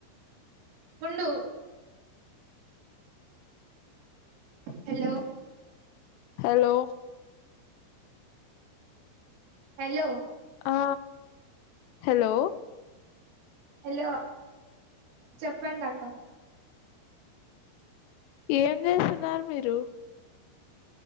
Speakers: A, on the right; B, on the left.
A: ఉండు హలో
B: హలో
A: హలో
B: ఆ హలో
A: హలో చెప్పండి అక్క
B: ఏం చేస్తున్నారు మీరు